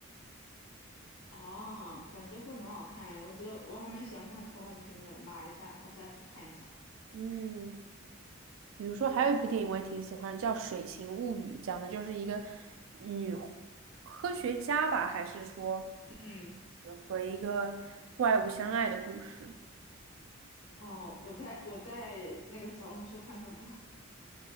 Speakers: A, on the left; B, on the right.
A: 哦，感觉会很好看诶，我觉得我还蛮喜欢看科幻片的，码一下，我下次看一下。
B: 嗯。比如说，还有一部电影我也挺喜欢，叫《水形物语》，讲的就是一个女科学家吧，还是说
A: 嗯。
B: 呃和一个怪物相爱的故事。
A: 哦，我在我在那个小红书看到过，